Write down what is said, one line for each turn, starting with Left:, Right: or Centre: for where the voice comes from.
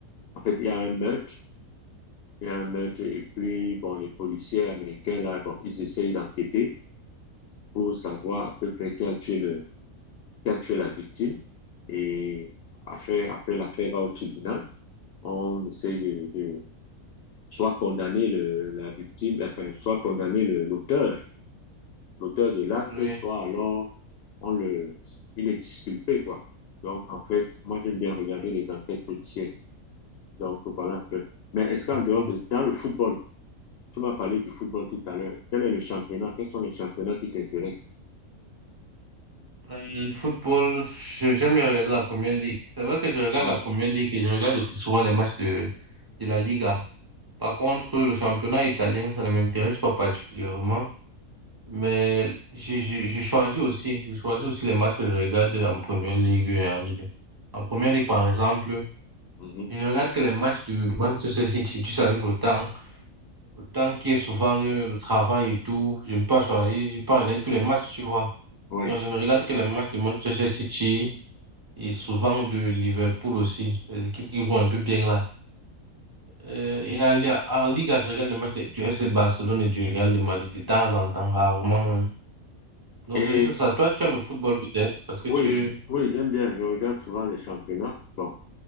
Left: en fait, il y a un meurtre, il y a un meurtre, et puis, bon, les policiers américains, là, bon, ils essayent d'enquêter pour savoir à peu près qui a tué le, qui a tué la victime. Et après après, l'affaire va au tribunal. On essaie de, de soit condamner le, la victime, enfin, soit condamner le- l'auteur, l'auteur de l'acte,
Right: oui.
Left: soit alors on le, il est disculpé, quoi. Donc, en fait, moi, j'aime bien regarder
Right: Hum,
Left: les enquêtes policières. Donc, voilà un peu. Mais est-ce qu'en dehors
Right: Bon.
Left: de, dans le football, tu m'as parlé du football tout à l'heure. Quel est le championnat? Quels sont les championnats qui t'intéressent?
Right: Le football, je- j'aime bien regarder la première ligue. C'est vrai que je regarde
Left: Ah,
Right: la première ligue et je regarde aussi souvent les matchs de, de la Liga. Par contre, le championnat italien, ça ne m'intéresse pas particulièrement. Mais j'ai j'ai- j'ai choisi aussi, j'ai choisi aussi les matchs que je regarde en première ligue et en ligue. En première ligue, par exemple,
Left: mhm,
Right: je ne regarde que les matchs de Manchester City. Tu sais, avec le temps, le temps qui est souvent euh, le travail et tout, je ne peux pas choisir, je ne peux pas regarder tous les matchs, tu vois.
Left: oui.
Right: Donc, je ne regarde que les matchs de Manchester City et souvent de Liverpool aussi, les équipes qui vont un peu bien là. Euh, et en, li- en ligue je regarde les matchs de- du FC Barcelone et du Real de Madrid de temps en temps, rarement. hein. Non,
Left: Et
Right: c'est juste ça. Toi, tu aimes le football peut-être parce que
Left: oui,
Right: tu...
Left: oui, j'aime bien. Je regarde souvent les championnats. Bon,